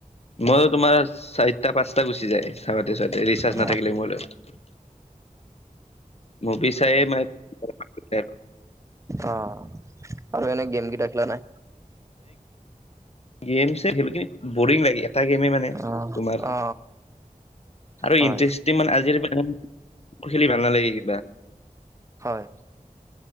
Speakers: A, on the left (about 45°); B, on the right (about 20°).
A: মই তোমাৰ চাই টা পাঁচটা গুচি যায় চাওঁতে চাতে ৰিচাৰ্জ
B: অ
A: নাথাকিলে মোবাইলত। মভি চাইয়ে ম <unintelligible>
B: অ' আৰু এনে গেম কেইটা খেলা নাই?
A: গেমছে খেলি কিনে বৰিং লাগে এটা গেমে মানে
B: অ
A: তোমাৰ
B: অ
A: আৰু
B: হয়
A: ইণ্টাৰেষ্টি মানে আজিৰ মোৰ খেলি ভাল নালাগে কিবা।
B: হয়।